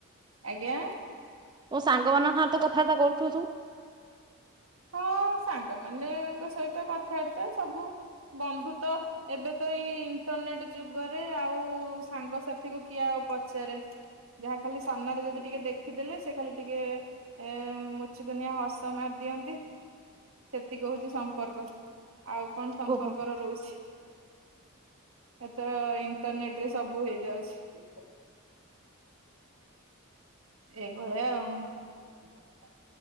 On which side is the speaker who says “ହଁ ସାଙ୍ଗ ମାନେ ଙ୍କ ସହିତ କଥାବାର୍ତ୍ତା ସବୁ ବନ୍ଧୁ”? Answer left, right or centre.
Right